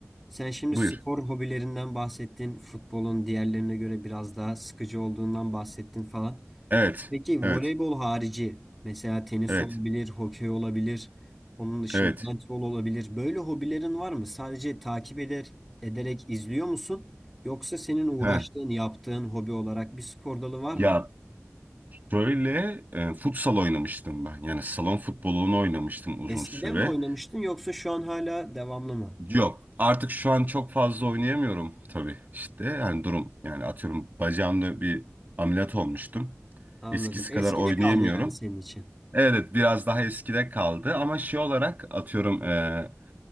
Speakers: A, in the centre; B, on the right (about 40°).
A: Sen şimdi
B: Buyur.
A: spor hobilerinden bahsettin. Futbolun diğerlerine göre biraz daha sıkıcı olduğundan bahsettin falan.
B: Evet.
A: Peki
B: Evet.
A: voleybol harici mesela tenis
B: Evet.
A: olabilir, hokey olabilir, onun dışında
B: Evet.
A: handbol olabilir. Böyle hobilerin var mı? Sadece takip eder ederek izliyor musun? Yoksa senin uğraştığın,
B: He.
A: yaptığın hobi olarak bir spor dalı var
B: Ya
A: mı?
B: şöyle e, futsal oynamıştım ben. Yani salon futbolunu oynamıştım uzun
A: Eskiden
B: süre.
A: mi oynamıştın yoksa şu an hala devamlı mı?
B: Yok. Artık şu an çok fazla oynayamıyorum tabii. İşte yani durum yani atıyorum bacağımda bir ameliyat olmuştum.
A: Anladım.
B: Eskisi
A: Eskide
B: kadar oynayamıyorum.
A: kaldı yani senin için.
B: Evet biraz daha eskide kaldı ama şey olarak atıyorum e,